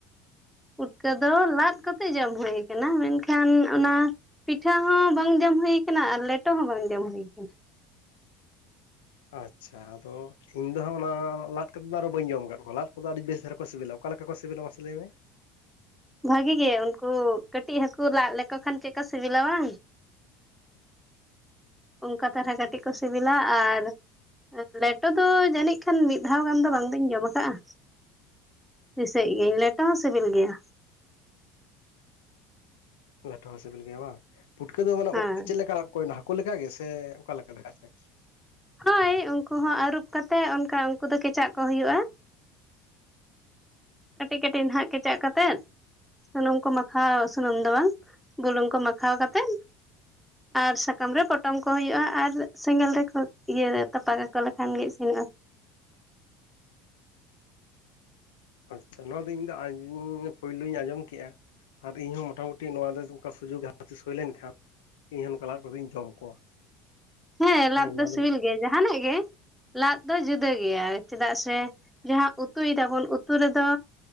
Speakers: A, in the centre; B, on the left (about 70°).
A: ᱯᱩᱴᱠᱟᱹ ᱫᱚ ᱞᱟᱫ ᱠᱟᱛᱮ ᱡᱚᱢ ᱦᱩᱭ ᱠᱟᱱᱟ ᱢᱮᱱᱠᱷᱟᱱ ᱚᱱᱟ ᱯᱤᱴᱷᱟᱹ ᱦᱚᱸ ᱵᱟᱝ ᱡᱚᱢ ᱦᱩᱭ ᱠᱟᱱᱟ ᱟᱨ ᱞᱮᱴᱚ ᱦᱚᱸ ᱵᱟᱝ ᱡᱚᱢ ᱦᱩᱭ ᱠᱟᱱᱟ
B: ᱟᱪᱪᱷᱟ ᱟᱫᱚ ᱤᱧ ᱫᱚ ᱦᱟᱸᱜ ᱚᱱᱟ ᱞᱟᱫ ᱠᱟᱛᱮᱫ ᱫᱚ ᱟᱨᱦᱚᱸ ᱵᱟᱹᱧ ᱡᱚᱢ ᱠᱟᱫ ᱠᱚᱣᱟ ᱞᱟᱫ ᱠᱚᱫᱚ ᱟᱹᱰᱤ ᱵᱮᱥ ᱫᱷᱟᱨᱟ ᱠᱚ ᱥᱮᱵᱮᱞᱟ ᱚᱠᱟ ᱞᱮᱠᱟ ᱠᱚ ᱥᱮᱵᱮᱞᱟ ᱢᱟᱥᱮ ᱞᱟᱹᱭ ᱢᱮ
A: ᱵᱷᱟᱜᱤ ᱜᱮ ᱩᱱᱠᱩ ᱠᱟᱹᱴᱤᱡ ᱦᱟᱹᱠᱩ ᱞᱟᱜ ᱞᱮᱠᱚ ᱠᱷᱟᱱ ᱪᱮᱫᱠᱟ ᱥᱤᱵᱤᱞᱟ ᱵᱟᱝ ᱚᱱᱠᱟ ᱛᱟᱨᱟ ᱠᱟᱹᱴᱤᱡ ᱠᱚ ᱥᱤᱵᱤᱞᱟ ᱟᱨ ᱞᱮᱴᱚ ᱫᱚ ᱡᱟᱹᱱᱤᱡ ᱠᱷᱟᱱ ᱢᱤᱫ ᱫᱷᱟᱣ ᱜᱟᱱ ᱫᱚ ᱵᱟᱝ ᱫᱩᱧ ᱡᱚᱢ ᱟᱠᱟᱜ-ᱟ ᱫᱤᱥᱟᱹᱭᱮᱫ ᱜᱤᱭᱟᱹᱧ ᱞᱮᱴᱚ ᱦᱚᱸ ᱥᱤᱵᱤᱞ ᱜᱮᱭᱟ
B: ᱞᱮᱴᱚ ᱦᱚᱸ ᱥᱤᱵᱤᱞ ᱜᱮᱭᱟ ᱵᱟᱝ ᱯᱩᱴᱠᱟᱹ ᱫᱚ ᱢᱟᱱᱮ
A: ᱦᱮᱸ
B: ᱪᱮᱫ ᱞᱮᱠᱟ ᱞᱟᱫ ᱠᱚ ᱵᱮᱱᱟᱣᱟ ᱦᱟᱹᱠᱩ ᱞᱮᱠᱟ ᱜᱮ ᱥᱮ ᱚᱠᱟ ᱞᱮᱠᱟ ᱢᱮᱱᱟᱜ ᱛᱮ
A: ᱦᱳᱭ ᱩᱱᱠᱩ ᱦᱚᱸ ᱟᱹᱨᱩᱵ ᱠᱟᱛᱮᱜ ᱚᱱᱠᱟ ᱩᱱᱠᱩ ᱫᱚ ᱠᱮᱪᱟᱜ ᱠᱚ ᱦᱩᱭᱩᱜ-ᱟ ᱠᱟᱹᱴᱤᱡ ᱠᱟᱹᱴᱤᱡ ᱱᱟᱦᱟᱜ ᱠᱮᱪᱟᱜ ᱠᱟᱛᱮᱫ ᱥᱩᱱᱩᱢ ᱠᱚ ᱢᱟᱠᱷᱟᱣ ᱥᱩᱱᱩᱢ ᱫᱚ ᱵᱟᱝ ᱵᱩᱞᱩᱝ ᱠᱚ ᱢᱟᱠᱷᱟᱣ ᱠᱟᱛᱮᱜ ᱟᱨ ᱥᱟᱠᱟᱢ ᱨᱮ ᱯᱚᱴᱚᱢ ᱠᱚ ᱦᱩᱭᱩᱜ-ᱟ ᱟᱨ ᱥᱮᱸᱜᱮᱞ ᱨᱮᱠᱚ ᱤᱭᱟᱹ ᱛᱟᱯᱟ ᱠᱟᱠᱚ ᱞᱮᱠᱷᱟᱱ ᱜᱮ ᱤᱥᱤᱱᱚᱜ-ᱟ
B: ᱟᱪᱪᱷᱟ ᱱᱚᱣᱟ ᱫᱚ ᱤᱧ ᱫᱚ ᱯᱳᱭᱞᱳᱧ ᱟᱸᱡᱚᱢ ᱠᱮᱫᱟ ᱟᱨ ᱤᱧᱦᱚ ᱢᱚᱴᱟᱢᱩᱴᱤ ᱱᱚᱣᱟ ᱫᱚ ᱚᱱᱠᱟ ᱥᱩᱡᱳᱜᱽ ᱡᱟᱦᱟᱛᱤᱥ ᱦᱩᱭ ᱞᱮᱱᱠᱷᱟᱱ ᱤᱧ ᱱᱚᱝᱠᱟ ᱞᱟᱫ ᱠᱟᱛᱮᱧ ᱡᱚᱢ ᱠᱚᱣᱟ
A: ᱦᱮ ᱞᱟᱫ
B: ᱦᱮᱸ ᱱᱚᱣᱟ
A: ᱫᱚ ᱥᱤᱵᱤᱞ ᱜᱮᱭᱟ ᱡᱟᱦᱟᱱᱟᱜ ᱜᱮ ᱞᱟᱫ ᱫᱚ ᱡᱩᱫᱟᱹ ᱜᱮᱭᱟ ᱪᱮᱫᱟᱜ ᱥᱮ ᱡᱟᱦᱟ ᱩᱛᱩᱭ ᱫᱟᱵᱚᱱ ᱩᱛᱩ ᱨᱮᱫᱚ